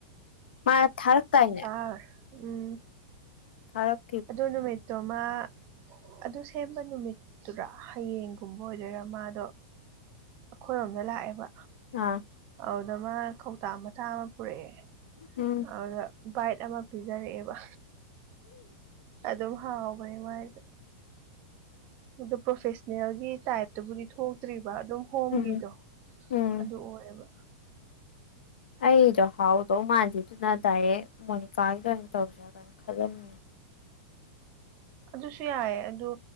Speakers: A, on the left; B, on the right.
A: ꯃꯥ ꯊꯥꯔꯛꯇꯥꯏꯅꯦ
B: ꯑꯥ ꯎꯝ
A: ꯐꯔꯞ
B: ꯑꯗꯨ ꯅꯨꯃꯤꯠꯇꯣ ꯃ ꯑꯗꯨ ꯁꯦꯝꯕ ꯅꯨꯃꯤꯠꯇꯔꯥ ꯍꯌꯦꯡꯒꯨꯝꯕ ꯑꯣꯏꯗꯣꯏꯔꯥ ꯃꯥꯗꯣ ꯑꯩꯈꯣꯏꯔꯣꯝꯗ ꯂꯥꯛꯑꯦꯕ
A: ꯑꯥ
B: ꯑꯗꯨꯗ ꯃꯥ ꯀꯧꯇꯥ ꯃꯆꯥ ꯑꯃ ꯄꯨꯔꯛꯑꯦ
A: ꯎꯝ
B: ꯑꯗꯨꯗ ꯕꯥꯏꯠ ꯑꯃ ꯄꯤꯖꯔꯛꯑꯦꯕ ꯑꯗꯨꯝ ꯍꯥꯎꯕꯅꯦ ꯃꯥꯥꯏꯗꯣ ꯑꯗꯨ ꯄ꯭ꯔꯣꯐꯦꯁꯅꯦꯜꯒꯤ ꯇꯥꯏꯞꯇꯕꯨꯗꯤ ꯊꯣꯛꯇ꯭ꯔꯤꯕ ꯑꯗꯨꯝ ꯍꯣꯝꯒꯤꯗꯣ
A: ꯎꯝ ꯎꯝ
B: ꯑꯗꯨ ꯑꯣꯏꯌꯦꯕ
A: ꯑꯩꯗꯣ ꯍꯥꯎꯗꯧ ꯃꯥꯥꯟꯗꯦꯗꯨꯅ ꯗꯥꯏꯔꯦꯛ ꯃꯣꯅꯤꯀꯥꯒꯤꯗ ꯑꯣꯏꯅ ꯇꯧꯖꯤꯔ ꯈꯜꯂꯝꯃꯤꯅꯦ
B: ꯑꯗꯨꯁꯨ ꯌꯥꯏꯌꯦ ꯑꯗꯨ